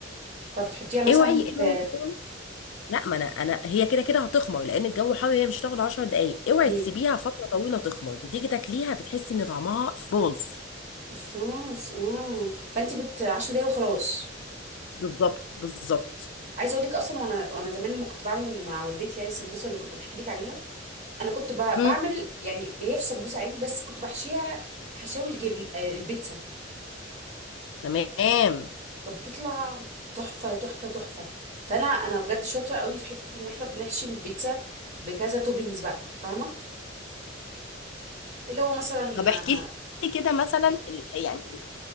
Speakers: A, on the right; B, on the left.
A: طب بتحطيها مثلا
B: اوعي
A: في
B: اوعي لا ما انا انا هي كده كده هتخمر لان الجو حار هي مش هتاخد 10 دقايق اوعي
A: مم.
B: تسيبيها فتره طويله تخمر بتيجي تاكليها بتحسي ان طعمها باظ
A: الفاظ اه فانت بت 10 دقايق وخلاص
B: بالظبط بالظبط
A: عايزه اقول لك اصلا وانا وانا زمان لما كنت بعمل مع والدتي يعني السمبوسه اللي كنت بحكي لك عليها انا كنت ب...
B: مم.
A: بعمل يعني هي في سمبوسه عادي بس كنت بحشيها حشاوي الجبن آه، البيتزا
B: تمام
A: كانت بتطلع تحفه تحفه تحفه فانا انا بجد شاطره قوي في حته ان احنا بنحشي البيتزا بكذا توبينجز بقى فاهمه اللي هو مثلا
B: طب احكي لي كده مثلا يعني